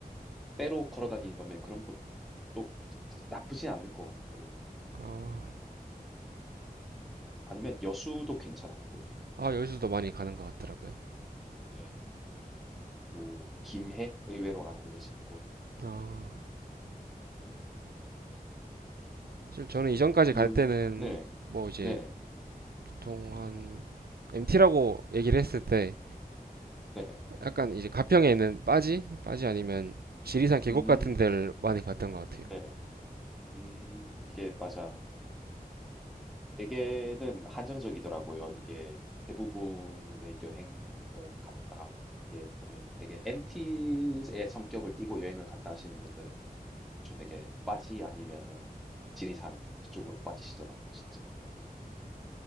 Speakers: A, in the centre; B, on the right.
A: 때로 걸어 다니는 거면 그런 것 또 나쁘진 않을 것 같고
B: 아,
A: 아니면 여수도 괜찮았고요.
B: 아, 여기서도 많이 가는 것 같더라고요.
A: 네. 그리고 김해 의외로 안 알려진 곳.
B: 아,
A: 네.
B: 사실 저는 이전까지
A: 그
B: 갈 때는
A: 네네
B: 뭐 이제
A: 네네
B: 보통 한 MT라고 얘기를 했을 때
A: 네.
B: 약간 이제 가평에 있는 빠지? 빠지 아니면 지리산 계곡
A: 음
B: 같은 데를 많이 갔던 것 같아요.
A: 네네 음 이게 맞아. 대개는 한정적이더라고요. 이게 대부분의 여행을 갔다 이게 보면은 되게 MT의 성격을 띠고 여행을 갔다 하시는 분들은 저 되게 빠지 아니면은 지리산 그쪽으로 빠지시더라고 진짜.